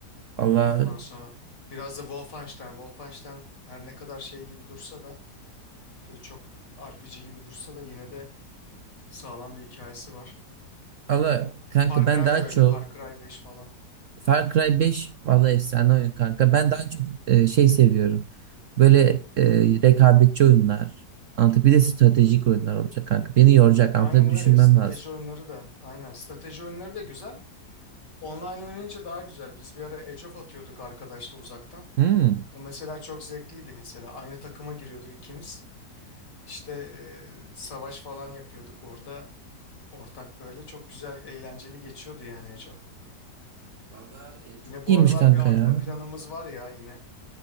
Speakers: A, on the right; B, on the left.
A: Allah
B: Ondan sonra biraz da Wolfenstein. Wolfenstein her ne kadar şey gibi dursa da böyle çok RPG gibi dursa da yine de sağlam bir hikayesi var.
A: Allah kanka
B: Far
A: ben
B: Cry
A: daha
B: da öyle.
A: çok
B: Far Cry 5 falan.
A: Far Cry 5 valla efsane oyun kanka. Ben daha çok eee, şey seviyorum. Böyle eee, rekabetçi oyunlar. Anlatı bir de stratejik oyunlar olacak kanka. Beni yoracak. Anlatı
B: Aynen öyle.
A: düşünmem
B: Strateji
A: lazım.
B: oyunları da. Aynen. Strateji oyunları da güzel. Online oynayınca daha güzel. Biz bir ara Age of atıyorduk arkadaşla uzaktan.
A: Hmm.
B: O mesela çok zevkliydi mesela. Aynı takıma giriyorduk ikimiz. İşte e, savaş falan yapıyorduk orada. Ortak böyle çok güzel, eğlenceli geçiyordu yani Age of.
A: Vallahi e,
B: Yine
A: çok
B: bu
A: iyiymiş
B: aralar
A: kanka
B: bir atma
A: ya.
B: planımız var ya yine.